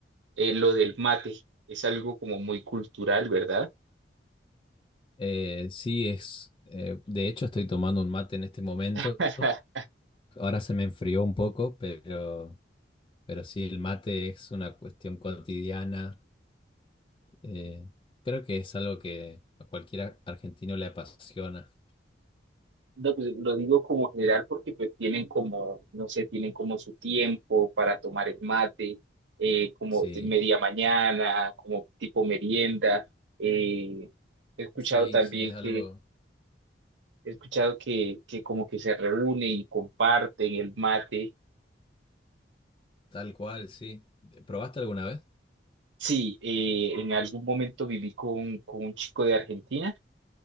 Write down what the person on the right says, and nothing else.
eh, lo del mate es algo como muy cultural, ¿verdad?
<laughs>
No, pues lo digo como general porque pues tienen como, no sé, tienen como su tiempo para tomar el mate, eh, como
de media mañana, como tipo merienda. eh, he escuchado
también
que
He escuchado que, que como que se reúne y comparten el mate.
Sí, eh, en algún momento viví con, con un chico de Argentina